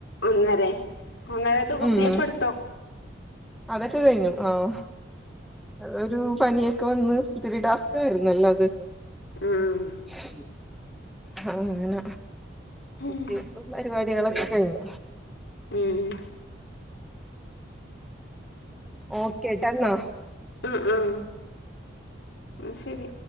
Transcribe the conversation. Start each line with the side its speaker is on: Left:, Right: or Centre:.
Left: ഒന്നരെ ഒന്നരേത്തെ കുത്തിവെപ്പ്
Centre: ഉം
Left: ട്ത്തോ?
Centre: അതൊക്കെ കഴിഞ്ഞു. ആഹ് അത് ഒരു പനിയൊക്കെ വന്ന് ഒത്തിരി ടാസ്ക് ആയിരുന്നല്ലോത്
Left: ഉം
Centre: ഉ ആഹ് അങ്ങന കുത്തിവെപ്പും
Left: ഉം
Centre: പരിവാടികളൊക്കെ കഴിഞ്ഞു.
Left: ഉം
Centre: ഓക്കെ ട്ട ന്നാ
Left: അഹ് ആഹ് ന്നാ ശരി